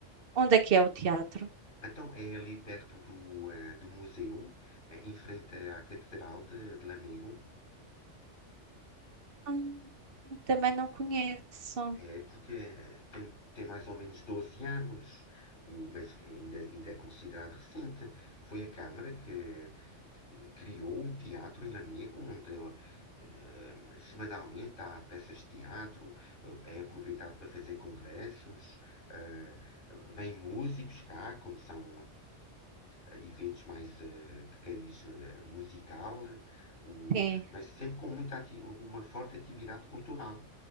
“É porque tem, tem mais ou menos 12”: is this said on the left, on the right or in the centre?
Left